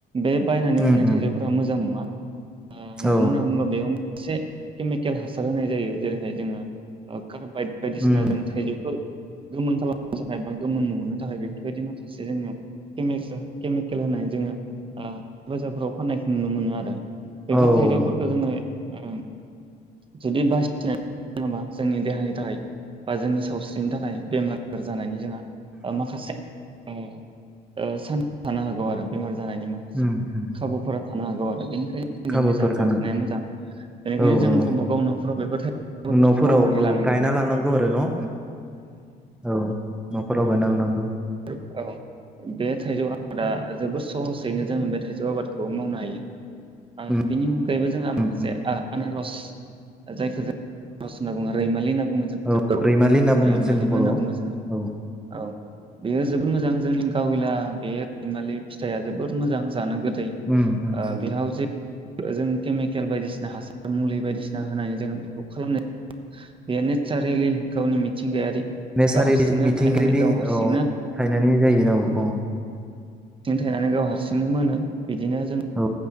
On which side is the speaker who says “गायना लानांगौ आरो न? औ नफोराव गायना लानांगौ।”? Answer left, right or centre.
Centre